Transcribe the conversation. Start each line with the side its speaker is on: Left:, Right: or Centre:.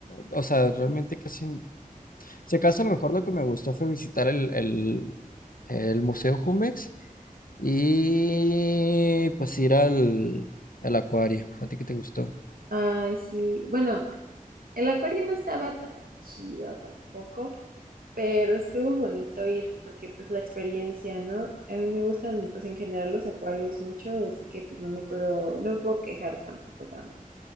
Left: O sea, realmente casi... n- Si acaso a lo mejor lo que me gustó fue visitar el, el, el Museo Jumex y pues ir al, al acuario. ¿A ti qué te gustó?
Right: ay, sí. Bueno, el acuario no estaba tan chido tampoco, pero estuvo bonito ir, porque pues la experiencia, ¿no? A mí me gustan, pues en general los acuarios mucho, así que pues no me puedo, no me puedo quejar tampoco tanto.